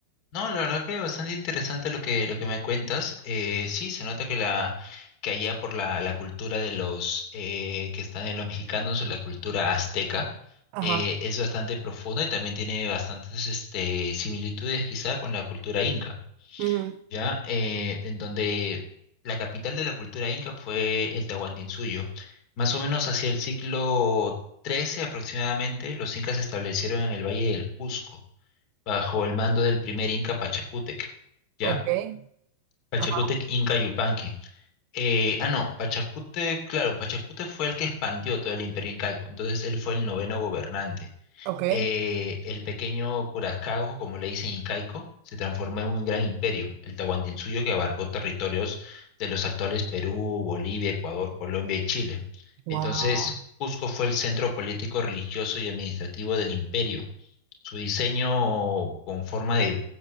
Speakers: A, on the left (about 45°); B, on the right (about 45°).
A: No, la verdad que bastante interesante lo que, lo que me cuentas. Eh, sí, se nota que la que allá por la, la cultura de los eh, que están en los mexicanos, la cultura azteca,
B: Ajá.
A: eh, es bastante profunda y también tiene bastantes este, similitudes quizá con la cultura inca,
B: Ujú.
A: ¿ya? Eh, en donde la capital de la cultura inca fue el Tahuantinsuyo. Más o menos hacia el siglo XIII aproximadamente, los incas se establecieron en el Valle del Cusco bajo el mando del primer Inca Pachacútec, ¿ya?
B: Ok.
A: Pachacútec
B: Ajá.
A: Inca Yupanqui. Eh, ah, no, Pachacútec, claro, Pachacútec fue el que expandió todo el imperio incaico, entonces él fue el noveno gobernante.
B: Ok.
A: Eh, el pequeño Curaçao, como le dicen incaico, se transformó en un gran imperio, el Tahuantinsuyo, que abarcó territorios de los actuales Perú, Bolivia, Ecuador, Colombia y Chile.
B: Wow.
A: Entonces, Cusco fue el centro político, religioso y administrativo del imperio su diseño con forma de